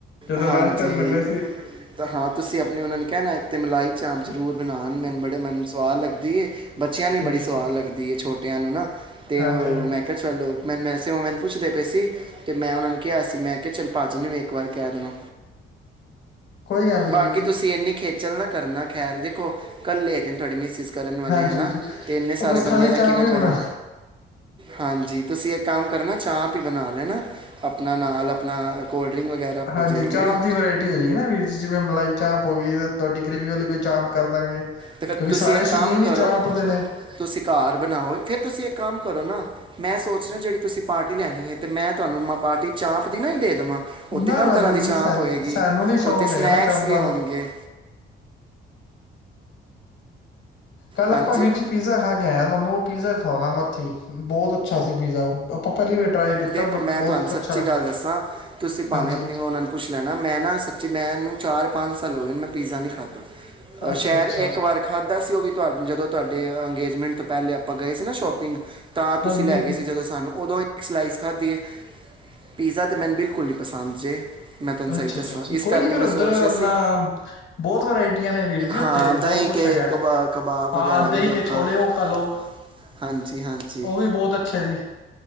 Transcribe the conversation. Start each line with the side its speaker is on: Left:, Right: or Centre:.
Left: ਜਦੋਂ
Right: ਹਾਂਜੀ
Left: ਲਾਸਟ ਟਾਈਮ ਮਿਲੇ ਸੀ।
Right: ਤਾਂ ਹਾਂ ਤੁਸੀਂ ਆਪਣੇ ਉਹਨਾਂ ਨੂੰ ਕਹਿਣਾ ਇੱਕ ਤਾਂ ਮਲਾਈ ਚਾਪ ਜ਼ਰੂਰ ਬਣਾਉਣ ਮੈਨੂੰ ਬੜੇ ਮਨ ਸਵਾਦ ਲੱਗਦੀ ਹੈ। ਬੱਚਿਆਂ ਨੂੰ
Left: ਠੀਕ
Right: ਬੜੀ
Left: ਹੈ
Right: ਸਵਾਦ
Left: ਠੀਕ
Right: ਲੱਗਦੀ ਹੈ। ਛੋਟਿਆਂ ਨੂੰ ਨਾ ਤੇ
Left: ਹਾਂਜੀ-ਹਾਂਜੀ,
Right: ਉਹ ਮੈਂ ਕਿਹਾ ਚਲੋ ਮੇਨੂੰ ਵੈਸੇ ਉਹ ਮੈਨੂੰ ਪੁੱਛਦੇ ਪਏ ਸੀ। ਤੇ ਮੈਂ ਉਹਨਾਂ ਨੂੰ ਕਿਹਾ ਸੀ ਮੈਂ ਕਿਹਾ ਚੱਲ ਭਾਜੀ ਨੂੰ ਵੀ ਇੱਕ ਵਾਰ ਕਹਿ ਦੇਵਾਂ।
Left: ਕੋਈ ਗੱਲ ਨੀ
Right: ਬਾਕੀ
Left: ਵੀਰ ਜੀ,
Right: ਤੁਸੀਂ ਇੰਨੀ ਖੇ ਖੇਚੱਲ ਨਾ ਕਰਨਾ ਖੈਰ ਦੇਖੋ ਕੱਲੇ ਹੈਗੇ ਨੇ ਤੁਹਾਡੇ ਮਿਸੀਸ। ਕਰਨ ਵਾਲੇ
Left: ਹਾਂਜੀ-ਹਾਂਜੀ
Right: ਹੈ ਨਾ ਤੇ ਇੰਨੇ ਸਾਰੇ
Left: ਉਹ ਬਸ ਖਾਲੀ
Right: ਬੰਦਿਆਂ
Left: ਚਾਂਪ
Right: ਦਾ ਕਿਵੇਂ
Left: ਵੀ
Right: ਕਰਨ?
Left: ਬਣਾ
Right: ਹਾਂਜੀ ਤੁਸੀਂ ਇੱਕ ਕੰਮ ਕਰਨਾ ਚਾਪ ਹੀ ਬਣਾ ਲੈਣ ਆਪਣਾ ਨਾਲ ਆਪਣਾ ਕੋਲਡਰਿੰਕ ਵਗੈਰਾ
Left: ਹਾਂਜੀ
Right: ਹੋ ਜਾਏਗੀ
Left: ਚਾਂਪ
Right: ਨਾ
Left: ਦੀ ਵਰਾਇਟੀ ਹੋ ਜਾਏਗੀ ਨਾ ਵੀਰ ਜੀ ਜਿਵੇਂ ਮਲਾਈ ਚਾਂਪ ਹੋ ਗਈ ਤੇ ਤੁਹਾਡੀ ਗ੍ਰੇਵੀ ਵਾਲੀ ਕੋਈ ਚਾਂਪ ਕਰ ਦਾਂਗੇ।
Right: ਫਿਰ
Left: ਕਿਉਂਕਿ
Right: ਤੁਸੀਂ
Left: ਸਾਰੇ
Right: ਇੱਕ
Left: ਸ਼ੌਕੀਨ
Right: ਕੰਮ
Left: ਹੀ
Right: ਕਰੋ
Left: ਚਾਂਪ ਦੇ ਨੇ
Right: ਤੁਸੀਂ ਘਰ ਬਣਾਓ ਫੇਰ ਤੁਸੀਂ ਇੱਕ ਕੰਮ ਕਰੋ ਨਾ। ਮੈਂ ਸੋਚਣਾ ਜਿਹੜੀ ਤੁਸੀਂ ਪਾਰਟੀ ਲੈਣੀ ਹੈ। ਤੇ ਮੈਂ ਤੁਹਾਨੂੰ ਮੈਂ ਪਾਰਟੀ ਚਾਂਪ ਦੀ ਨਾ ਹੀ ਦੇ ਦੇਵਾਂ। ਉੱਥੇ
Left: ਨਾ-ਨਾ
Right: ਹਰ ਤਰ੍ਹਾਂ
Left: ਵੀਰ
Right: ਦੀ
Left: ਜੀ
Right: ਚਾਂਪ
Left: ਸਾਨੂੰ
Right: ਹੋਏਗੀ।
Left: ਸਾਨੂੰ ਨੀ ਸ਼ੌਕ
Right: ਉੱਥੇ ਸਨੈਕਸ
Left: ਹੈਗਾ ਨਾ ਚਾਂਪਾਂ
Right: ਵੀ ਹੋਣਗੇ।
Left: ਦਾ ਕੱਲ
Right: ਹਾਂਜੀ
Left: ਆਪਾਂ ਵੀਰ ਜੀ ਪੀਜ਼ਾ ਖਾ ਕੇ ਆਏ ਆ, ਤੁਹਾਨੂੰ ਉਹ ਪੀਜ਼ਾ ਖਵਾਵਾਂਗਾ ਉੱਥੇ ਹੀ ਬਹੁਤ ਅੱਛਾ ਸੀ ਪੀਜ਼ਾ ਆਪਾਂ ਪਹਿਲੀ ਵਾਰ ਟਰਾਈ ਕੀਤਾ
Right: ਦੇਖੋ
Left: ਬਟ
Right: ਮੈਂ
Left: ਬਹੁਤ
Right: ਤੁਹਾਨੂੰ ਸੱਚੀ
Left: ਅੱਛਾ ਲੱਗਿਆ
Right: ਗੱਲ ਦੱਸਾਂ ਤੁਸੀਂ ਭਾਵੇਂ
Left: ਹਾਂਜੀ
Right: ਆਪਣੀ ਉਹਨਾਂ ਨੂੰ ਪੁੱਛ ਲੈਣਾ ਮੈਂ ਨਾ ਸੱਚੀ ਮੈਂਨੂੰ ਚਾਰ ਪੰਜ ਸਾਲ ਹੋ ਗਏਂ ਮੈਂ ਪੀਜ਼ਾ ਨਹੀਂ ਖਾਦਾ।
Left: ਅੱਛਾ-ਅੱਛਾ
Right: ਸ਼ਾਇਦ ਇੱਕ ਵਾਰ ਖਾਧਾ ਸੀ ਉਹ ਵੀ। ਜਦੋਂ ਤੁਹਾਡੇ ਅੰਗੇਜਮੈਂਟ ਤੋਂ ਪਹਿਲੇ ਆਪਾਂ ਗਏ ਸੀ ਨਾ ਸ਼ੋਪਿੰਗ ਤਾਂ
Left: ਹਾਂਜੀ-ਹਾਂਜੀ,
Right: ਤੁਸੀਂ ਲੈ ਗਏ ਸੀ ਜਦੋਂ ਸਾਨੂੰ ਉਦੋਂ ਹੀ ਇੱਕ ਸਲਾਈਸ ਖਾਧੀ ਏ ਪੀਜ਼ਾ ਤੇ ਮੈਨੂੰ ਬਿਲਕੁਲ ਨੀ ਪਸੰਦ ਜੇ ਮੈਂ ਤੁਹਾਨੂੰ ਸਹੀ
Left: ਅੱਛਾ-ਅੱਛਾ
Right: ਦੱਸਾਂ ਇਸ
Left: ਕੋਈ
Right: ਕਰਕੇ
Left: ਨੀ ਫੇਰ
Right: ਮੈਂ
Left: ਉੱਧਰ
Right: ਸੋਚ ਰਿਹਾ
Left: ਆਪਣਾ
Right: ਸੀ
Left: ਬਹੁਤ ਵਰਾਇਟੀਆਂ ਨੇ ਵੀਰ ਜੀ ਉੱਥੇ
Right: ਹਾਂ
Left: ਬਹੁਤ
Right: ਦਹੀਂ
Left: ਕੁਛ
Right: ਕੇ
Left: ਹੈਗਾ।
Right: ਕਬਾ ਕਬਾਬ
Left: ਹਾਂ
Right: ਵਗੈਰਾ
Left: ਦਹੀਂ
Right: ਵੀ
Left: ਕੇ ਛੋਲੇ
Right: ਹਾਂਜੀ-ਹਾਂਜੀ-ਹਾਂਜੀ
Left: ਉਹ ਖਾ ਲੋ ਉਹ ਵੀ ਬਹੁਤ ਅੱਛੇ ਸੀ